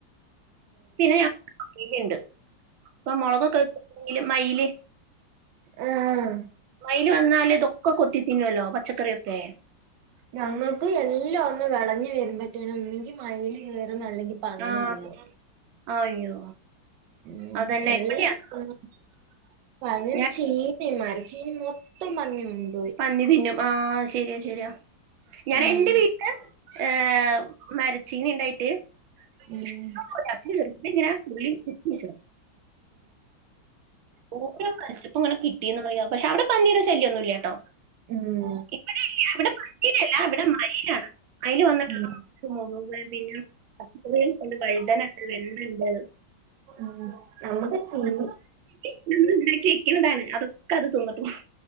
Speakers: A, on the right; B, on the right.
A: പിന്നെ ഞ <unintelligible> പ്പൊ മൊളകൊക്കെ വെ ങ്കില് മയില്
B: ആഹ്
A: മയിൽ വന്നാൽ ഇതൊക്കെ കൊത്തിതിന്നുല്ലോ പച്ചക്കറിയൊക്കെ.
B: ഞങ്ങക്ക് എല്ലാം ഒന്ന് വെളഞ്ഞ് വരുമ്പത്തേനും ഒന്നെങ്കി മയിൽ കേറും അല്ലെങ്കി പന്നി
A: ആഹ്
B: കേറും
A: അയ്യോ!
B: ഉം
A: അതന്നെ
B: എൽ
A: എവിടെയാ
B: <unintelligible>
A: ഞാൻ
B: ചീനി മര ചീനി മൊത്തം പന്നി ന്നും.
A: പന്നി തിന്നും ആ ശരിയാ ശരിയാ. ഞാൻ
B: ഉം
A: എന്റെ വീ ഏഹ് മരച്ചീനി ണ്ടായിട്ട്.
B: ഉം
A: ഇഷ്‌ടപോലെ <unintelligible> ഓരോ കശ്പ്പ ഇങ്ങനെ കിട്ടിയന്ന് പറയാ പക്ഷെ അവ്ടെ പന്നീടെ ശല്യഒന്നുല്ലട്ടോ
B: ഉം
A: ഇവടെല്ല്യ ഇവടെ പന്നി വെര്ല ഇവടെ മയിലാണ് മയില് വന്നിട്ടുള്ള
B: ഉം ഉം
A: <unintelligible> പിന്ന <unintelligible> വഴുതന ണ്ട് വെണ്ട ണ്ട്.
B: ഉം നമ്മക്ക് ചില്ലി
A: <unintelligible> അതൊക്കെ അത് തിന്ന്ട്ട് പോവും.